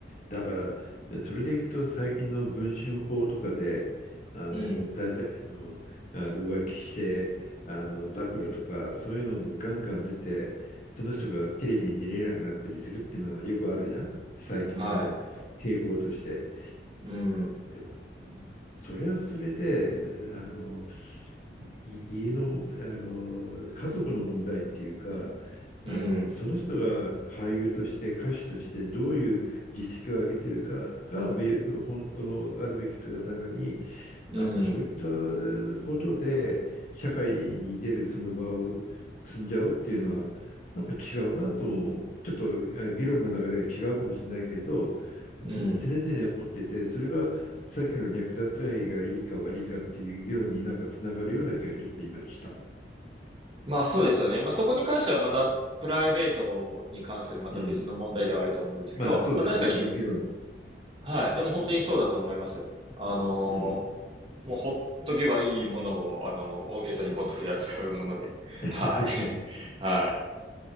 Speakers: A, on the left (about 40°); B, on the right (about 30°).
A: だから、それでいくと最近の文春法とかで、あの誰々のあ浮気してあの暴露とか、
B: うん。
A: そういうのがガンガン出て、その人がテレビに出れなくなったりするっていうのはよくあるじゃん、最近の傾向として。
B: はい。うん。
A: でも、それはそれで、あのい家の、あの家族の問題っていうか
B: うん。
A: あのその人が俳優として歌手としてどういう実績を上げてるかがべ本当のあるべき姿なのに
B: うん。
A: なんかそういったことで社会に出るその場を積んじゃうっていうのはなんか違うなともちょっと議論の流れが違うかもしれないけれどず常々思っててそれがさっきの略奪愛がいいか悪いかっていう議論になんかつながるような気がちょっと今した。
B: うん。まあ、そうですよね。まあ、そこに関してはまた、プライベートに関するまた別の問題ではあると思うんですけど、
A: うん。まあそうだよね。
B: まあ、確かに、
A: 別の議論の。
B: はい。でも本当にそうだと思います。
A: うん。
B: あの、
A: うん。
B: もうほっとけばいいものを、あの、大げさにこう取り扱うもので。
A: <laughs>
B: はい。<laughs> はい。